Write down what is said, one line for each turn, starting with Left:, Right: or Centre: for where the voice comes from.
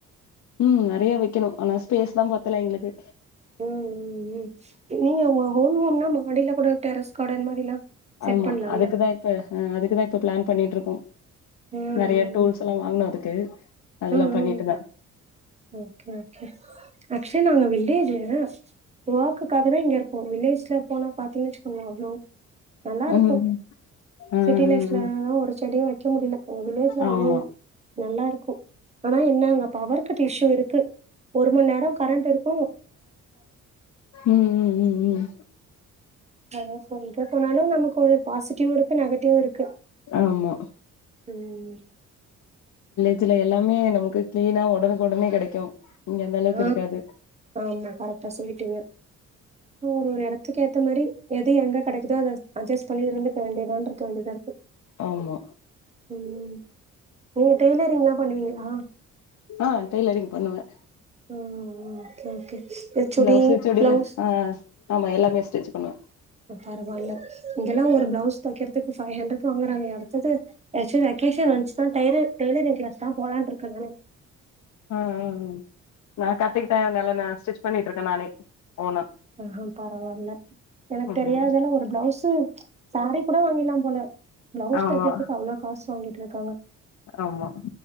Left: உம் நறைய வைக்கணும் ஆனா ஸ்பேஸ் தா பத்தல எங்களுக்கு
Right: உம் உம் உம் நீங்க உங்க ஹோம் னா மாடில கூட டெரஸ் கடன் மாரிலா செட்
Left: ஆமா
Right: பண்லால்ல
Left: அதுக்குதா இப்ப ஹா அதுக்குதா இப்ப பிளான் பண்ணிட்டு இருக் கோ
Right: ம்
Left: நறைய
Right: ம்
Left: டூல்ஸ் எல்லா வாங்கனு அதுக்கு அதெல்லா
Right: ம்
Left: பண்ணிட்டுதா
Right: ம் ஓகே ஓகே ஆக்ஸ்வலி நாங்க வில்லேஜ் ஒர்க் க்காக தா இங்க இருக்கோ வில்லேஜ்ல போனா பாத்தீங்கன்னு வச்சுக்கோங்கள அவ்ளோ நல்லா இருக்கூ
Left: ம் ம் ம்
Right: சிட்டி லைப்ல
Left: ம்
Right: தா ஒரு செடியு வை க்க முடில உங்க வில்லேஜ்ல
Left: ஆமா
Right: அவ்ளோ நல்லா இருக்கூ ஆனா என்ன அங்க பவர் கட் இஸ்சு இருக்கு ஒரு மண்நேரம் கரண்ட் இருக்
Left: ம் ம் ம் ம்
Right: அதா சொல்லிட்ட போனாலு நமக்கு ஒரு பாசிட்டிவ் இருக்கு நெகட்டிவ் இருக்கு
Left: ஆமா
Right: ம்
Left: இதில எல்லாமே நமக்கு க்ளீனா ஒடனுக்கு ஒடனே கெடைக்கு இங்க அந்த அளவுக்கு
Right: ஆ
Left: இருக்காது
Right: ஆமா கரெக்டா சொல்லிட்டீங்க ஒரு ஒரு எடத்துக்கு ஏத்த மாரி எது எங்க கெடைக்குதோ அத அட்ஜஸ்ட் பண்ணி இருந்துக்க வேண்டியதோனு இருக்க வேண்டியதா இருக்கு
Left: ஆமா
Right: ம் நீங்க டெய்லரிங்ல்லா பண்ணுவீங்களா
Left: ஆ டெய்லரிங் பண்ணுவே
Right: ம் ம் ஓகே ஓகே இந்த சுடி
Left: பிளவுஸு சுடில
Right: ப்ளவுஸ்
Left: ஆ ஆமா எல்லாமே ஸ்டிச் பண்ணுவே
Right: பரவாயில்ல இங்கெல்லா ஒரு ப்ளவுஸ் தைக்கறதுக்கு பைவ் ஹண்ட்ரட் வாங்குறாங்க அடுத்தது எதாச்சு வெக்கேஷன் வந்துச்சுன்னா டைல டைலரிங் கிளாஸ் தா போலான்னு இருக்க நானு
Left: ஆ ஆ ம் நா கத்துக்கிட்ட நல்லா நா ஸ்டிச் பண்ணிட்டு இருக்க நானே ஓனா
Right: ஓஹோ பரவால்ல எனக்கு
Left: ம்
Right: தெரியாதல்லா ஒரு ப்ளவுஸ்சு சாரி கூட வாங்கிற்லா போல ப்ளவுஸ்
Left: ஆமா
Right: தைக்றத்துக்கு அவளோ காசு வாங்கிட்டு இருக்காங்க
Left: ஆமா